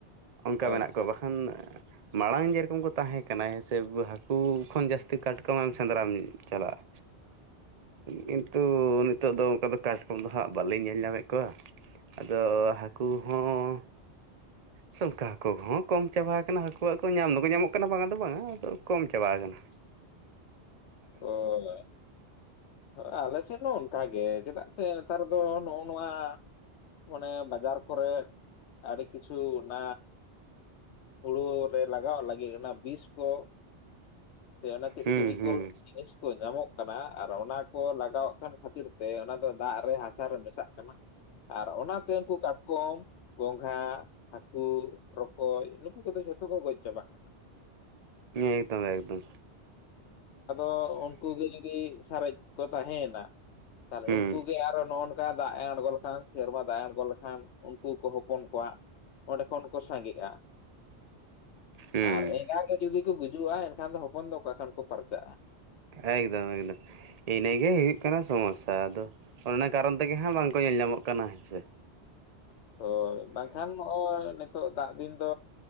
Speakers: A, on the right (about 40°); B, on the left (about 80°).
A: ᱚᱱᱠᱟ
B: ᱟᱪᱪᱷᱟ
A: ᱢᱮᱱᱟᱜ ᱠᱚᱣᱟ, ᱵᱟᱠᱷᱟᱱ ᱢᱟᱲᱟᱝ ᱡᱮᱨᱚᱠᱚᱢ ᱠᱚ ᱛᱟᱦᱮᱸ ᱠᱟᱱᱟ ᱦᱮᱸᱥᱮ ᱦᱟᱹᱠᱩ ᱠᱷᱚᱱ ᱡᱟᱹᱥᱛᱤ ᱠᱟᱴᱠᱚᱢ ᱮᱢ ᱥᱮᱸᱫᱽᱨᱟᱢ ᱪᱟᱞᱟᱜᱼᱟ᱾ ᱠᱤᱱᱛᱩ ᱱᱤᱛᱚᱜ ᱫᱚ ᱚᱱᱠᱟ ᱫᱚ ᱠᱟᱡᱠᱚᱢ ᱫᱚ ᱦᱟᱸᱜ ᱵᱟᱹᱞᱤᱧ ᱧᱮᱞ ᱧᱟᱢᱮᱫ ᱠᱚᱣᱟ᱾ ᱟᱫᱚ ᱦᱟᱹᱠᱩ ᱦᱚᱸ ᱥᱝᱠᱟ ᱦᱟᱹᱠᱩ ᱠᱚᱦᱚᱸ ᱠᱚᱢ ᱪᱟᱵᱟ ᱠᱟᱱᱟ ᱦᱟᱹᱠᱩ ᱠᱚ ᱧᱟᱢ ᱫᱚᱠᱚ ᱧᱟᱢᱚᱜ ᱠᱟᱱᱟ ᱵᱟᱝᱟ ᱫᱚ ᱵᱟᱝᱟ ᱟᱫᱚ ᱠᱚᱢ ᱪᱟᱵᱟ ᱠᱟᱱᱟ᱾
B: ᱚ᱾ ᱦᱳᱭ ᱟᱞᱮ ᱥᱮᱱ ᱦᱚᱸ ᱚᱱᱠᱟ ᱜᱮ ᱪᱮᱫᱟᱜ ᱥᱮ ᱱᱮᱛᱟᱨ ᱫᱚ ᱱᱚᱜᱼ ᱱᱚᱣᱟ ᱚᱱᱮ ᱵᱟᱡᱟᱨ ᱠᱚᱨᱮᱜ ᱟᱹᱰᱤ ᱠᱤᱪᱷᱩ ᱚᱱᱟ ᱦᱩᱲᱩ ᱨᱮ ᱞᱟᱜᱟᱣ ᱞᱟᱹᱜᱤᱫ ᱚᱱᱟ ᱵᱤᱥ ᱠᱚ ᱥᱮ ᱚᱱᱮ ᱪᱮᱫ
A: ᱦᱩᱸ
B: ᱠᱮᱢᱤᱠᱮᱞ
A: ᱦᱩᱸ
B: ᱠᱚ ᱡᱤᱱᱤᱥ ᱠᱚ ᱧᱟᱢᱚᱜ ᱠᱟᱱᱟ, ᱟᱨ ᱚᱱᱟ ᱠᱚ ᱞᱟᱜᱟᱣᱟᱜ ᱠᱟᱱ ᱠᱷᱟᱹᱛᱤᱨ ᱛᱮ ᱚᱱᱟ ᱫᱚ ᱫᱟᱜ ᱨᱮ ᱦᱟᱥᱟ ᱨᱮ ᱢᱮᱥᱟᱜ ᱠᱟᱱᱟ᱾ ᱟᱨ ᱚᱱᱟᱛᱮ ᱩᱝᱠᱩ ᱠᱟᱴᱠᱚᱢ ᱜᱚᱝᱜᱷᱟ, ᱦᱟᱹᱠᱩ, ᱨᱚᱠᱚᱡ ᱱᱩᱠᱩ ᱠᱚᱫᱚ ᱡᱷᱚᱛᱚ ᱠᱚ ᱜᱚᱡ ᱪᱟᱵᱟᱜ ᱠᱟᱱᱟ᱾
A: ᱮᱠᱫᱚᱢ ᱮᱠᱫᱚᱢ᱾
B: ᱠᱚ ᱩᱱᱠᱩ ᱜᱮ ᱡᱩᱫᱤ ᱥᱟᱨᱮᱡ ᱠᱚ ᱛᱟᱦᱮᱸᱭᱮᱱᱟ ᱛᱟᱦᱚᱞᱮ
A: ᱦᱩᱸ
B: ᱩᱱᱠᱩ ᱜᱮ ᱟᱨᱚ ᱦᱟᱸ ᱱᱚᱜᱼᱚ ᱱᱚ ᱠᱟ ᱫᱟᱜ ᱮ ᱟᱬᱜᱚ ᱞᱮᱠᱷᱟᱱ ᱥᱮᱨᱢᱟ ᱫᱟᱜ ᱮ ᱟᱬᱜᱚ ᱞᱮᱠᱷᱟᱱ ᱩᱱᱠᱩ ᱠᱚ ᱦᱚᱯᱚᱱ ᱠᱚᱣᱟ᱾ ᱚᱸᱰᱮ ᱠᱷᱚᱱ ᱠᱚ ᱥᱟᱸᱜᱮᱜᱼᱟ᱾
A: ᱦᱩᱸ
B: ᱟᱨ ᱮᱸᱜᱟ ᱜᱮ ᱡᱩᱫᱤ ᱠᱚ ᱜᱩᱡᱩᱜᱼᱟ ᱮᱱᱠᱷᱟᱱ ᱫᱚ ᱦᱚᱯᱚᱱ ᱫᱚ ᱚᱠᱟ ᱠᱷᱟᱱ ᱠᱚ ᱯᱟᱨᱪᱟᱜᱼᱟ᱾
A: ᱦᱮᱸ ᱮᱠᱫᱚᱢ ᱮᱠᱫᱚᱢ᱾ ᱤᱱᱟᱹᱜᱮ ᱦᱩᱭᱩᱜ ᱠᱟᱱᱟ ᱥᱚᱢᱚᱥᱟ, ᱟᱫᱚ ᱚᱱᱮ ᱚᱱᱟ ᱠᱟᱨᱚᱱ ᱛᱮᱜᱮ ᱦᱟᱸᱜ ᱵᱟᱝᱠᱚ ᱧᱮᱞ ᱧᱟᱢᱚᱜ ᱠᱟᱱᱟ ᱦᱮᱸᱥᱮ᱾
B: ᱦᱳᱭ ᱵᱟᱝᱠᱷᱟᱱ ᱱᱚᱜᱼᱚᱭ ᱱᱤᱛᱳ ᱫᱟᱜ ᱫᱤᱱ ᱫᱚ